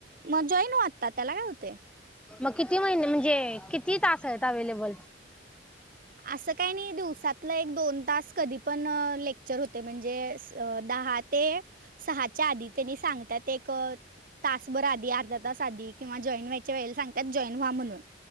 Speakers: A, on the right; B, in the centre.
A: मग जॉयन हो आत्ता त्याला काय होते य
B: मग किती महिने म्हणजे किती तास आहेत अवेलेबल
A: असं काही नाही दिवसातलं एक दोन तास कधी पण लेक्चर होते म्हणजे स दहात ते सहाच्या आधी त्यांनी सांगतात एक तासभर आधी अर्धात अर्धा तास आधी जॉईन व्हायला सांगतात जॉ ईन न्हावा म्हनून